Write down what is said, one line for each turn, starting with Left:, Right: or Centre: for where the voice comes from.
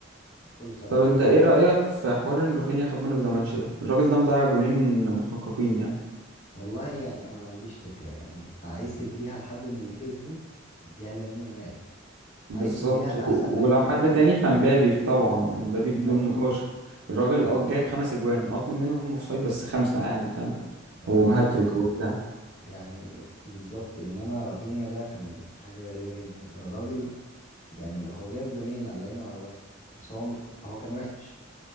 Left: بكل صراحة
Right: طب انت ايه رأيك في حوار ان رافينيا خد منه في ذا ماتش ده الراجل ده مضيع جونين محققين يعني
Left: والله يعني أنا ما عنديش فكرة يعني عايز تديها لحد من اللي كسبه اديها لامين يامال
Right: بالظبط
Left: عايز تديها لأحسن
Right: و-
Left: لعيب
Right: ولو
Left: في
Right: حد
Left: الماتش
Right: تاني فمبابي طبعا مبابي
Left: بالظبط
Right: بدون نقاش الراجل اه جايب خمس اجوان اه اتنين منهم اوفسايد بس خمسة يعني فاهم
Left: ف
Right: هو مهاتريك وبتاع
Left: يعني بالظبط إنما رافينيا ده كان حاجة غريبة جدا الراجل يعني هو جايب جونين على عيني وعلى راسي بس هو هو كان وحش